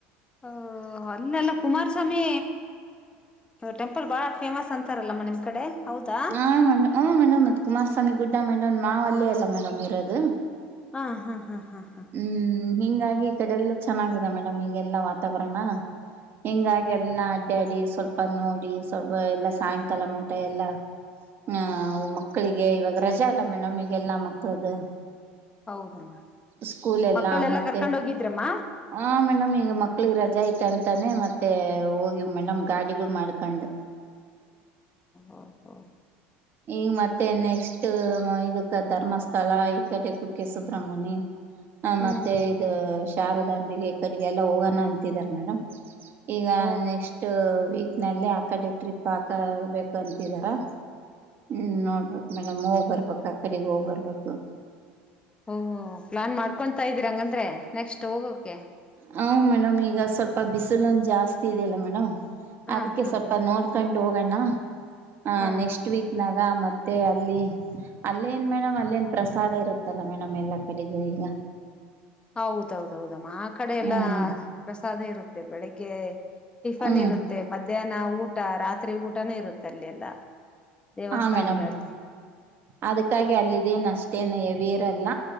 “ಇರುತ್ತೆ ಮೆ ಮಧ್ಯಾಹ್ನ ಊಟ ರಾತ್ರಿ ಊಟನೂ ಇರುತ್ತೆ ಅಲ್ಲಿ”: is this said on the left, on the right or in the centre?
Left